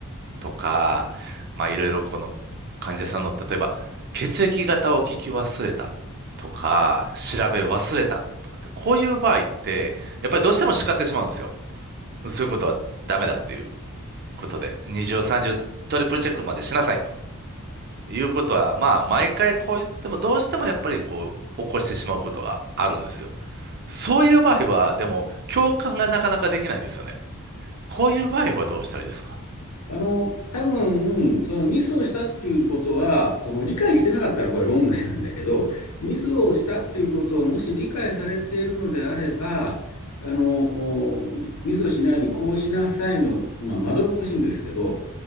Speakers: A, on the right; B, on the left.
A: とか、まあ、いろいろこの患者さんの、例えば、血液型を聞き忘れたとか、調べ忘れたとかって、こういう場合って、やっぱりどうしても叱ってしまうんですよ。そういうことはダメだっていうことで、二重三重トリプルチェックまでしなさいと。いうことは、まあ、毎回こう言っても、どうしてもやっぱりこう、起こしてしまうことがあるんですよ。そういう場合は、でも、共感がなかなかできないんですよね。こういう場合はどうしたらいいですか
B: あの、多分、そのミスをしたっていうことは、その理解してなかったらこれ論外なんだけど、ミスをしたっていうことをもし理解されているのであれば、あの、ミスをしないようにこうしなさいの、まあ、まどろっこしいんですけど、